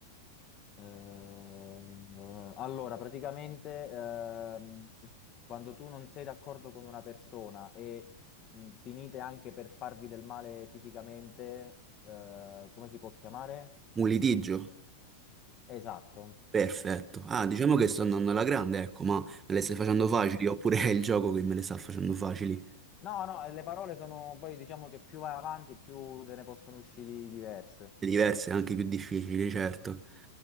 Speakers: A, on the left; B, on the right.
A: Ehm, allora, praticamente, ehm, quando tu non sei d'accordo con una persona e mh, finite anche per farvi del male fisicamente, eh, come si può chiamare?
B: Un litigio?
A: Esatto.
B: Perfetto. Ah,
A: Ok.
B: diciamo che sto andando alla grande, ecco, ma me le stai facendo facili,
A: Sì, sì.
B: oppure è il gioco che me le sta facendo facili.
A: No, no, e le parole sono poi diciamo che più vai avanti, più te ne possono uscire diverse.
B: Diverse, anche più difficili, certo.